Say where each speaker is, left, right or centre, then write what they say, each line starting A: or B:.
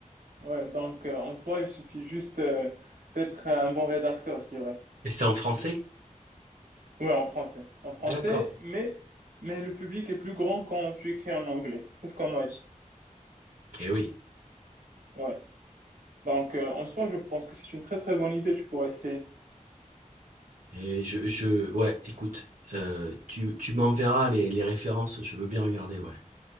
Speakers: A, on the right (about 90°); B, on the right (about 75°).
A: Ouais, donc euh, en soi, il suffit juste euh, d'être un bon rédacteur, je dirais.
B: Et c'est en français?
A: Ouais, en français. En français,
B: D'accord.
A: mais, mais le public est plus grand quand tu écris en anglais. C'est ce qu'on m'a dit.
B: Eh oui.
A: Ouais. Donc, euh, en soi, je pense que c'est une très très bonne idée. Tu pourrais essayer.
B: Et je, je, ouais, écoute, euh, tu, tu m'enverras les, les références, je veux bien regarder, ouais.